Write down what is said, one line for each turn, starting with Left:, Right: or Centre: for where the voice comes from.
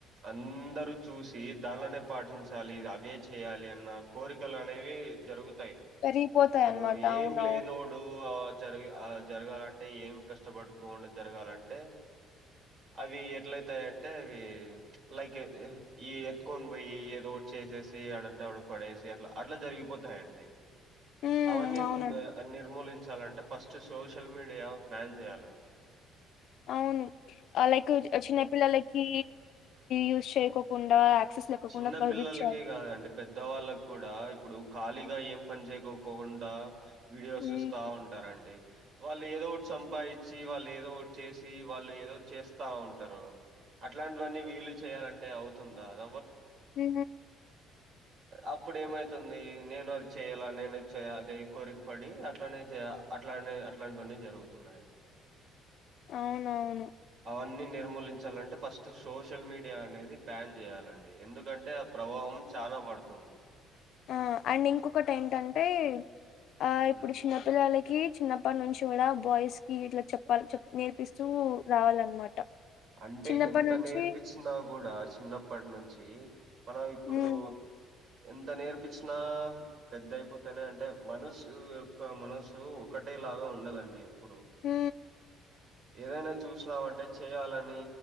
Right: అందరుూ చూసి దానినే పాటించాలి అవే చేయాలి కోరికలు అనేవి జరుగుతాయి
Left: పెరిగిపోతాయన్నమాట.
Right: ఇప్పుడు ఏం
Left: అవునవును.
Right: లేనోడు జ జరగాలంటే ఏం కష్టపడుకో జరగాలంటే అవి ఎట్లయితాయింటే అవి లైక్ ఈ ఎత్కొని పోయి ఏదో చేసేసి అడంట పడే అట్ అట్లా జరిగిపోతాయిడి
Left: హ్మ్.
Right: అవన్నీ
Left: అవునండి.
Right: నిర్మూలి థాంచాలిఅంత ఫస్ట్ సోషల్ మీడియా బ్యాన్ చేయాలండి
Left: అవును లైక్ చిన్నపిిల్లలకి యూస్ చేయకోకుండా యాక్సెస్ లేకోకుండా
Right: చిన్నపిల్లలకే
Left: ప్రొహిబిట్ చేయాలి.
Right: కాదండి పెద్ద వాళ్ళకి కూడా ఇప్పుడు ఖాళీగా ఏం పని చేయకోపోకుండా వీడియోస్
Left: హ్మ్.
Right: చూస్తా ఉంటారంండి వాళ్ళు ఏదో ఒకటి సంపాదించి వాళ్ళు ఏదో ఒకటి చేసి వాళ్ళు ఏదో చేస్తా ఉంటారు అట్లాంటివన్నీ వీలు చేయాలంటే అవుతుందాద
Left: హ
Right: అప్పుడ ఏమైతుంది నేను అది చెయాల నేను చేయ అదే కోరిక పడి అట్లనే చేయ అట్లానే అట్లాంటివన్నీ జరుగుతున్నాయండి
Left: అవునవును
Right: అన్ని నిర్మూలించాలంటే ఫస్ట్ సోషల్ మీడియా అనేది బ్యాన్ చేయాలండి ఎందుకంటే ఆ ప్రభావం చనా పడుతుంది
Left: ఆ అండ్ ఇంకొకటి ఏంటంటే ఆ ఇప్పుడు
Right: హ్మ్.
Left: చిన్నపిిల్లలకి చిన్నప్పటి నుంచి కూడా బాయ్స్ కి ఇట్లా చెప్పాల చె నేర్పిస్తూ రావాలన్నమాట
Right: అంటే
Left: చిన్నప్పటి
Right: ఎంత
Left: నుంచి
Right: నేర్పచ్చినా కూడా చిన్నప్పటి నుంచి మనం ఇప్పుడు
Left: హ్మ్
Right: <inaudible> ఎంత నేర్పచ్చినా పెద్ద అయిపోతేనే అంటే మనసు యొక్క మనసు ఒకటే ఆగా ఉండదండి ఎప్పుడు.
Left: హ
Right: ఏదైనా చూసినావంటే చేయాలని